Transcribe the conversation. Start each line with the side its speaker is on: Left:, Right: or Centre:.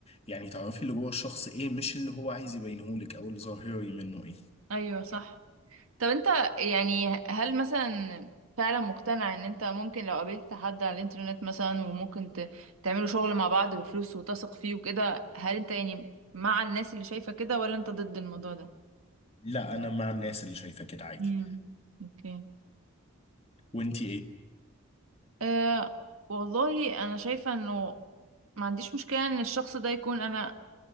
Left: يعني تعرفي اللي جوه الشخص ايه مش اللي هو عايز يبينهولك او الظاهري منه ايه
Right: ايوه صح طب انت يعني هل مثلا فعلا مقتنع ان انت ممكن لو قابلت حد على الانترنت مثلا وممكن ت- تعملوا شغل مع بعض بفلوس وتثق فيه وكده هل انت يعني مع الناس اللي شايفة كده ولا انت ضد الموضوع ده؟
Left: لا انا مع الناس اللي شايفه كده عادي
Right: امم اوكي
Left: وانت ايه
Right: أه والله انا شايفة انه ما عنديش مشكلة ان الشخص ده يكون انا